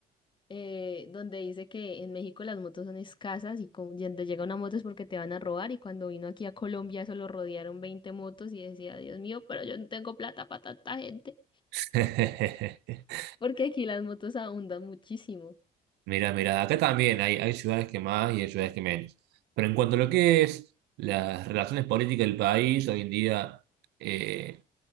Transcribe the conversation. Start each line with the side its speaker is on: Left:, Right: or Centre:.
Left: Eh, donde dice que en México las motos son escasas y con- y donde llega una moto es porque te van a robar y cuando vino aquí a Colombia solo rodearon 20 motos y decía, Dios mío, pero yo no tengo plata para tanta gente
Right: <laughs>
Left: porque aquí las motos abundan muchísimo.
Right: Mira, mira, acá también hay, hay ciudades que más y hay ciudades que menos. Pero en cuanto a lo que es las relaciones políticas del país, hoy en día eh,